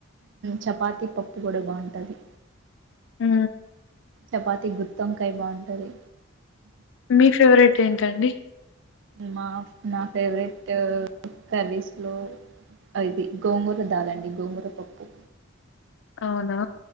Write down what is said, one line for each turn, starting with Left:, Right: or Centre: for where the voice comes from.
Right: చపాత పప్పు కూడా బాగుంటుంది
Left: హ
Right: చపాతి గుత్తంకాయ బాగుంటది
Left: మీ ఫేవరెట్ ఏంటండి
Right: మా నా ఫేవరెట్ కరీస్ లో అయిది గోంగూర దాలండి గోంగూర పప్పు
Left: అవునా